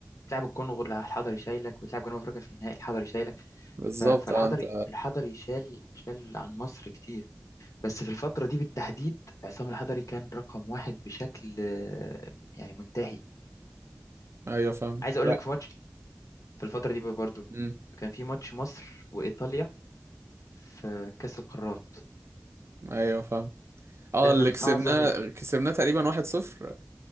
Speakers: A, on the left; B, on the right.
A: بتلعب الكونغو الحضري شايلك بتلعب جنوب افريقيا في النهائي الحضري شايلك
B: بالظبط
A: ف- فالحضري
B: اه انت
A: الحضري شال شال عن مصر كتير بس في الفترة دي بالتحديد عصام الحضري كان رقم واحد بشكل آه، يعني منتهي
B: ايوه فاهم
A: عايز اقول
B: لا
A: لك في ماتش في الفترة دي برضو
B: امم
A: كان في ماتش مصر وإيطاليا في كأس القارات
B: ايوه فاهم اه
A: ده
B: اللي
A: من
B: كسبناه
A: أعظم ال-
B: كسبناه تقريبا واحد صفر